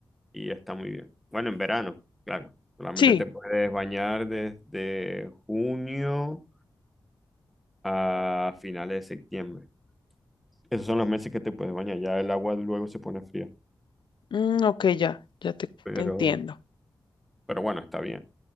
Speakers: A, in the centre; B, on the left.
A: y está muy bien. Bueno, en verano, claro. Solamente
B: sí.
A: te puedes bañar desde junio a finales de septiembre. Esos son los meses que te puedes bañar. Ya el agua luego se pone fría.
B: Mm, ok, ya, ya te,
A: Pero,
B: te entiendo.
A: pero bueno, está bien,